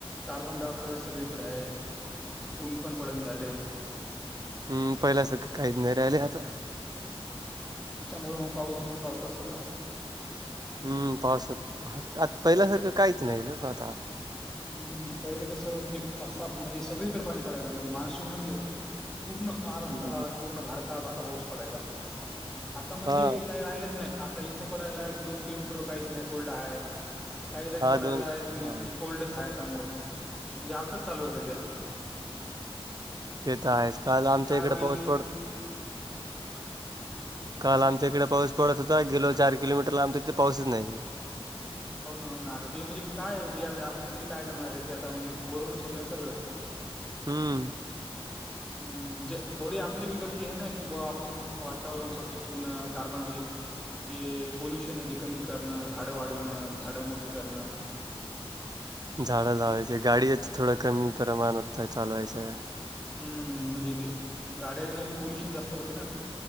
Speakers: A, in the centre; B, on the right.
A: कार्बन डाय ऑक्साइड सगळीकडे आहे. ऊन पन पडन झालय.
B: हम्म पहिला अस काहीच नाही राहिले आता.
A: त्याच्यामुळे मग पाऊस बी तसा होत असल ना
B: हम्म पावसत आ पहिल्यासारखं काहीच नाही ना आता
A: हम्म पहिले कसं म्हणजे असा म्हणजे सगळीकडे पाणी पडायचा म्हणजे मान्सून म्हधलं पूर्ण महाराष्ट्रात
B: हम्म
A: पूर्ण भारतात असा पाऊस पडायचा. आता म्हणजे
B: हा
A: काय राहिलंच नाही आता इथं पडायलाय तर दोन किलोमीटरवर काहीच नाही कोल्ड आहे. तर काही जागी
B: हा
A: पडायला
B: दोन
A: आहे
B: हा
A: त कोल्डचय समोर म्हणजे असच चालू आहे सध्या.
B: येत आहेस काल आमच्या
A: काय
B: इकडे
A: होईल?
B: पाऊस पडत काल आमच्या इकडे पाऊस पडत होता गेलो चार किलोमीटर लांब तथे पाऊसच नाहीये.
A: होना, होना आता ती म्हणजे काय ती आता आपण तरी काय करणार आहे ती आता म्हणजे वरूनच होतंय सगळं.
B: हम्म.
A: हम्म म्हणजे थोडी आपली बी गलती आहेना कि बा आपण वातावरण स्वच्छ ठेवून कार्बन म्हणजे. जे पोल्युशन आहे ते कमी करणं झाडं वाढवणं, झाडं मोठे करण,
B: झाडं लावायचे गाडीच थोडं कमी प्रमाणात चालवायचे.
A: हम्म म्हणजे गाड्यांना बी पोल्युशन जास्त होते ना.